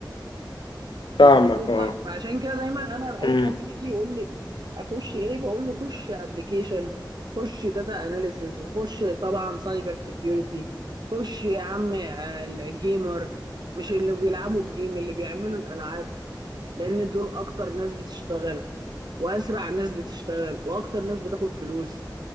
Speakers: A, on the left; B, on the right.
A: فاهمك
B: انت وصلت
A: اه
B: لك فعشان كده دايما انا اي
A: امم
B: حد بيجي يقول لي اخش ايه بقول له خش ابلكيشن خش داتا اناليسيز وخش طبعا سايبر سيكيورتي خش يا عم آه، الجيمر مش اللي بيلعبوا الجيم اللي بيعملوا الالعاب لان دول اكتر ناس بتشتغل واسرع ناس بتشتغل واكتر ناس بتاخد فلوس